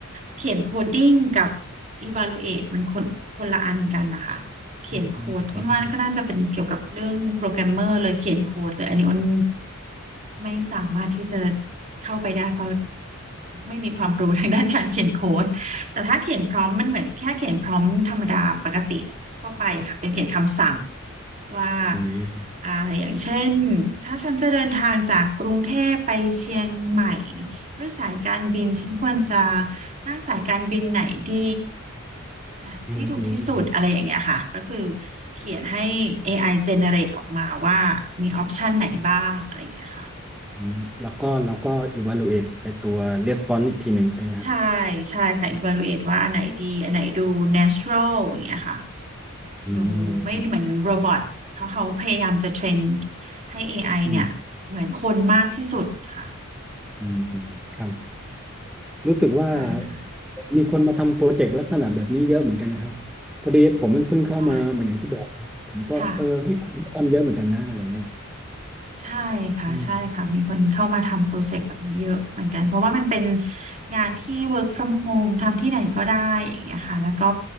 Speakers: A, on the right; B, in the centre.
A: เขียนโคดดิ้งกับ evaluate มันคนคนละอันกันนะคะ เขียนโค้ดอ้นว่าก็น่าจะเป็นเกี่ยวกับเรื่องโปรแกรมเมอร์เลยเขียนโค้ดเลยอันนี้อ้น
B: อืม
A: ไม่สามารถที่จะเข้าไปได้เพราะไม่มีความรู้ทางด้านการเขียนโค้ดแต่ถ้าเขียนพร้อมมันเหมือนแค่เขียนพร้อมธรรมดาปกติทั่วไปค่ะเป็นเขียนคำสั่งว่า
B: อืม
A: อ่าอย่างเช่นถ้าฉันจะเดินทางจากกรุงเทพไปเชียงใหม่ด้วยสายการบินฉันควรจะนั่งสายการบินไหนดีอ่ะที่ถูกที่สุดอะไรอย่างเงี้ยค่ะก็คือ
B: อืมอืมอืม
A: เขียนให้ AI generate ออกมาว่ามีออปชันไหนบ้างอะไรอย่างเงี้ยค่ะ
B: อืมแล้วก็เราก็ evaluate ไอตัว response อีกทีหนึ่งใช่ไหมฮะ
A: ใช่ใช่ค่ะ evaluate ว่าอันไหนดีอันไหนดู natural อย่างเงี้ยค่ะ
B: อืมอืม
A: ดูไม่เหมือนโรบอทเพราะเขาพยายามจะเทรนให้ AI
B: อืม
A: เนี่ยเหมือนคนมากที่สุดค่ะ
B: อืมอืมครับรู้สึกว่า
A: ใช่ค่ะ
B: มีคนมาทำโปรเจกต์ลักษณะแบบนี้เยอะเหมือนกันนะครับพอดีผมมันเพิ่งเข้ามาเหมือนอย่างที่บอกนะผมก็เออเฮ้ยคุณก็ทำเยอะเหมือนกันนะอะไรเงี้ย
A: ค่ะค่ะใช่ค่ะใช่ค่ะมีคนเข้ามาทำโปรเจกต์แบบนี้เยอะเหมือนกัน
B: อืม
A: เพราะว่ามันเป็นงานที่ work from home ทำที่ไหนก็ได้อย่างเงี้ยค่ะแล้วก็